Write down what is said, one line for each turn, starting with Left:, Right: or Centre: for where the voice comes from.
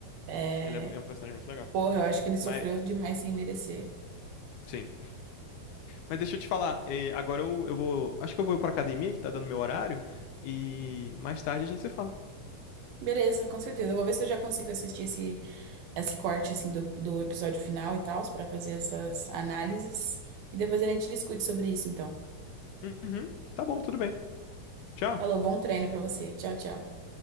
Right: É...
Left: Ele é mu- é um personagem muito legal.
Right: Porra, eu acho que ele sofreu
Left: Mas,
Right: demais sem merecer.
Left: sim. Mas deixa eu te falar, eh, agora eu, eu vou. Acho que eu vou pra academia, que tá dando meu horário, e mais tarde a gente se fala.
Right: Beleza, com certeza. Eu vou ver se eu já consigo assistir esse, esse corte assim do, do episódio final e tal, pra fazer essas análises. E depois a gente discute sobre isso, então.
Left: Uhum, tá bom, tudo bem. Tchau.
Right: Falou, bom treino pra você. Tchau, tchau.